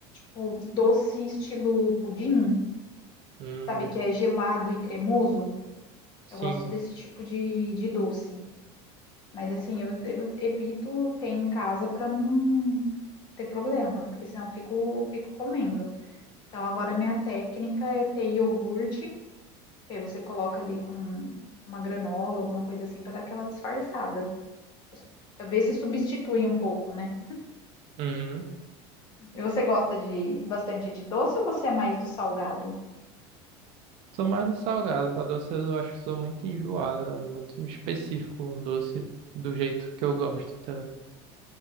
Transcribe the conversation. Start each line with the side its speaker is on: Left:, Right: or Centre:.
Left: o doce estilo pudim,
Right: Hum,
Left: sabe? Que é gelado e cremoso.
Right: sim.
Left: Eu gosto desse tipo de, de doce. Mas assim, eu, eu evito ter em casa para não ter problema, porque senão eu fico, fico comendo. Então agora minha técnica é ter iogurte. Que aí você coloca ali com uma granola, alguma coisa assim, para dar aquela disfarçada. Pra ver se substitui um pouco, né?
Right: Hum.
Left: E você gosta de, de bastante de doce ou você é mais do salgado?
Right: Sou mais no salgado. Pra doce eu acho que sou muito enjoado, né? Muito específico um doce do jeito que eu gosto, tá?